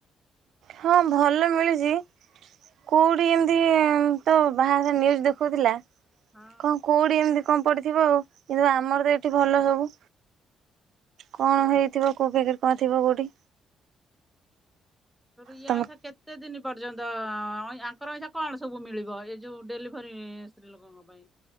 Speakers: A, on the right; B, in the centre.
A: ହଁ ଭଲ ମିଳୁଛି। କୋଉଠି ଏମିତି ତ ବାହାଘର ନ୍ୟୁଜ୍ ଦେଖୋଉଥିଲା
B: ହଁ।
A: କଣ କୋଉଠି ଏମିତି କଣ ପଡିଥିବ ଆଉ କିନ୍ତୁ ଆମର ତ ଏଠି ଭଲ ସବୁ। କଣ
B: ଅ
A: ହେଇଥିବ କୋଉ ପ୍ୟାକେଟ କଣ ଥିବ କୋଉଠି?
B: ଇଏ
A: ତମେ
B: ଅଛ କେତେ ଦିନି ପର୍ଯ୍ୟନ୍ତ ଆଙ୍କର ଅଇନା କଣ ସବୁ ମିଳିବ ଏ ଯେଉଁ ଡେଲିଭରି ସ୍ତ୍ରୀ ଲୋକଙ୍କ ପାଇଁ?